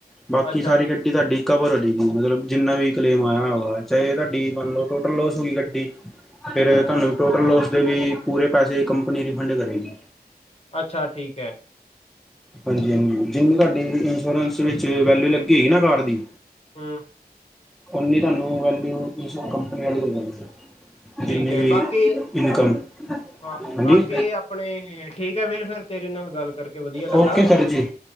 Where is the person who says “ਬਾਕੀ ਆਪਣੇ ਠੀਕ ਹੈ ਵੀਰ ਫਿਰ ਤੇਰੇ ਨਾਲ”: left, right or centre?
Left